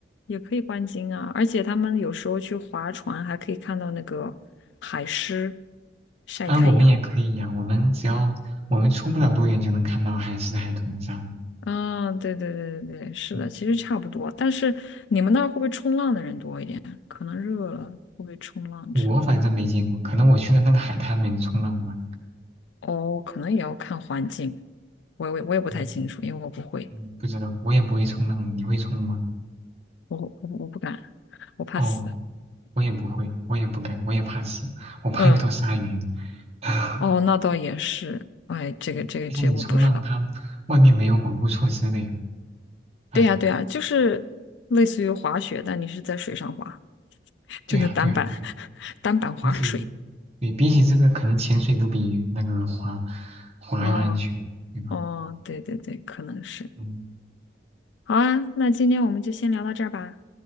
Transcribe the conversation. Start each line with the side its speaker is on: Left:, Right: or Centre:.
Left: 也可以观鲸啊，而且他们有时候去划船还可以看到那个海狮晒太阳。
Right: 啊，我们也可以呀，我们只要我们出不了多远就能看到海狮、海豚啥的，
Left: 嗯，对对对对对，是的，
Right: 嗯
Left: 其实差不多。但是你们那儿会不会冲浪的人多一点？可能热了会不会冲浪之类
Right: 我反正没见过，可能我去的那个海滩没人冲浪吧，
Left: 的？哦，可能也要看环境，我我我也不太清楚，
Right: 嗯
Left: 因为我不会。
Right: 嗯不知道，我也不会冲浪，你会冲吗？
Left: 我我我不敢，我怕死。
Right: 哦，我也不会，我也不敢，我也怕死，我怕遇到鲨鱼。
Left: 嗯，
Right: <laughs>
Left: 哦，那倒也是。哎，这个这个这个我不知道。
Right: 而且你冲浪，它外面没有保护措施的呀。哎，
Left: 对呀对呀，就是类似于滑雪，但你是在水上滑，
Right: 对呀，
Left: 就那单板
Right: 对呀，对呀，
Left: <laughs> 单板滑水。
Right: 比起对比起这个，可能潜水都比那个滑滑要安全，
Left: 哦
Right: 对吧？
Left: 哦，对对对，可能是。
Right: 嗯
Left: 好啊，那今天我们就先聊到这儿吧。